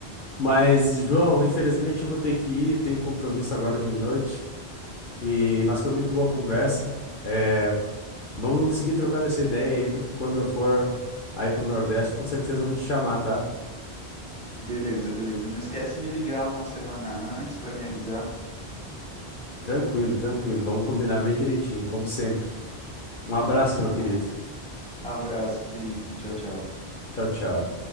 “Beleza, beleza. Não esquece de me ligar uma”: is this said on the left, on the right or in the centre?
Centre